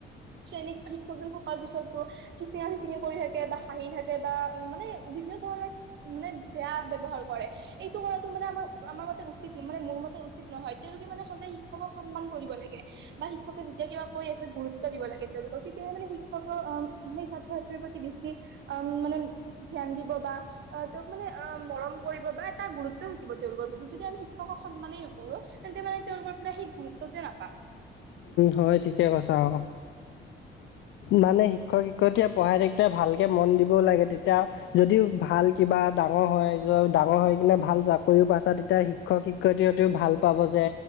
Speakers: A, on the right; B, on the left.
A: শ্ৰেণীত শ থকাৰ পিছতো ফিচিঙা ফিচিঙি কৰি থাকে বা হাঁহি থাকে বা উ মানে বিভিন্ন ধৰণৰ মানে বেয়া ব্যৱহাৰ কৰে এইটো কৰাো মানে আমাৰ আমাৰ মতে উচিত মানে মোৰ মতে উচিত নহয় তেওঁলোকে মানে সদায় শিক্ষকক সন্মান কৰিব লাগে বা শিক্ষকে যেতিয়া কিবা কৈ আছে গুৰুত্ব দিব লাগে তেওঁলোকক তেতিয়াহে মানে শিক্ষকে আহ সেই ছাত্ৰ ছাত্ৰীৰ প্ৰতি বেছি উ মানে ধ্যান দিব বা আহ তেওঁক মানে অ মৰম কৰিব বা এটা গুৰুত্ব থিকিব তেওঁলোকৰ প্ৰতি যদি আমি শিক্ষকক সন্মানেই নকৰো তেন্তে মানে তেওঁৰ ওপৰ পৰা সেই গুৰুত্বটো নাপাম
B: হয় ঠিকে কৈছা আৰু মানে শিক্ষক শিক্ষয়িতীয়ে পঢ়াই থাকো ভালকে মন দিবও লাগে তেতিয়া যদিও ভাল কিবা এটা ডাঙৰ হয় য ডাঙৰ হৈ কিনে ভাল চাকৰিও পাইছা তেতিয়া শিক্ষক শিক্ষয়িত্ৰী হতেও ভাল পাব যে